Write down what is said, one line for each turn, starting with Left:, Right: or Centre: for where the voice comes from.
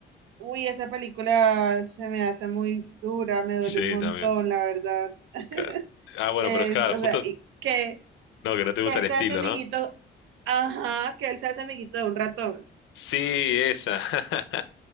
Right: Uy, esa película se me hace muy dura, me
Left: Sí,
Right: duele un montón,
Left: también.
Right: la verdad. <laughs>
Left: Claro. Ah, bueno,
Right: Es,
Left: pero es claro,
Right: o
Left: justo
Right: sea, y que,
Left: no, que no te gusta
Right: que él
Left: el estilo,
Right: se hace amiguito,
Left: ¿no?
Right: ajá, que él se hace amiguito de un ratón.
Left: Sí, esa. <laughs>